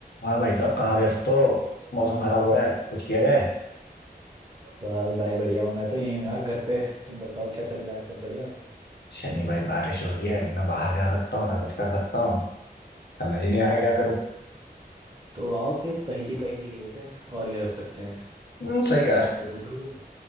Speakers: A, on the left; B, on the right.
A: हाँ भाई साहब कहाँ व्यस्त हो मौसम खराब हो रहा है कुछ किया जाए
B: बस भाई बढ़िया हूँ मैं तो यहीं हूँ यार घर पे तुम बताओ क्या चल रहा है सब बढ़िया
A: शनि भाई बारिश हो रही है ना बाहर जा सकता हूँ ना कुछ कर सकता हूँ समझ ही नहीं आ रहा क्या करूँ
B: तो आओ फिर पहेली पहेली खेलते हैं और क्या कर सकते हैं
A: हम्म, सही कह रहा है
B: पूछोगे तुम?